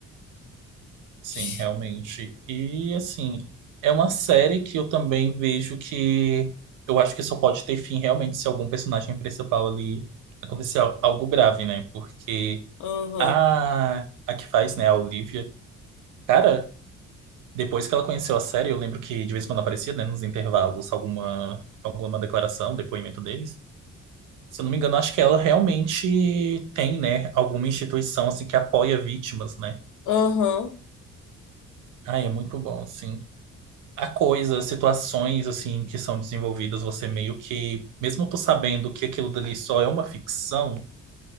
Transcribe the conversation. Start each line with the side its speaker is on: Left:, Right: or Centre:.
Right: Sim,
Left: Ti-
Right: realmente. E assim, é uma série que eu também vejo que eu acho que só pode ter fim realmente se algum personagem principal ali acontecer al- algo grave, né? Porque
Left: Uhum.
Right: a, a que faz, né, a Olivia. Cara, depois que ela conheceu a série, eu lembro que de vez em quando aparecia, né, nos intervalos, alguma, alguma declaração, depoimento deles. Se eu não me engano, acho que ela realmente tem, né, alguma instituição, assim, que apoia vítimas, né?
Left: Uhum.
Right: Ai, é muito bom, assim. Há coisas, situações, assim, que são desenvolvidas, você meio que, mesmo tu sabendo que aquilo dali só é uma ficção,